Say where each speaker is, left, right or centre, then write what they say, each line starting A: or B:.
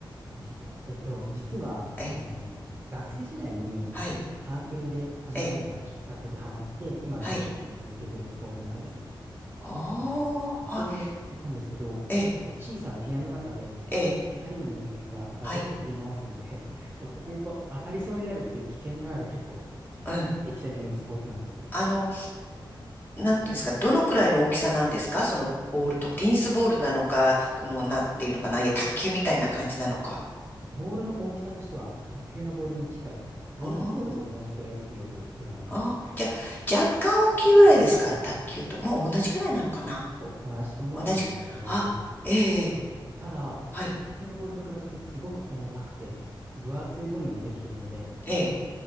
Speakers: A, on the right; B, on the left.
A: いいですよ。えっと、実は、
B: え、
A: あの、学生時代にサークルで始めたのがきっかけでハマって、
B: はい。え、
A: 今でも趣味で続けてるスポーツなんです。
B: はい。おー、
A: で先ほども言ったんですけど、
B: はい。え、
A: 小さな部屋の中で
B: え、
A: 2人の人間がラケットを振り回すので、
B: はい。
A: <laughs> お互いと当たりそうになるっていう危険がある結構
B: うん。
A: エキサイティングなスポーツなんです。
B: あの、なんていうんですか、どのくらいの大きさなんですかそのボールと、テニスボールなのか、この、なんていうのかな、いや、卓球みたいな感じなのか。
A: ボールの大きさとしては卓球のボールに近いです。ゴルフボールと同じくらいってよく言われます。
B: あああー、じゃあ、若干大きいぐらいですか卓球と。もう同じぐらいなのかな
A: お同じと思っていただいて大丈夫ですね。
B: 同じ、あ、ええ、
A: でただ、
B: はい、
A: 卓球のボールと比べてすごく重たくて、分厚いゴムでできてるので、
B: ええ。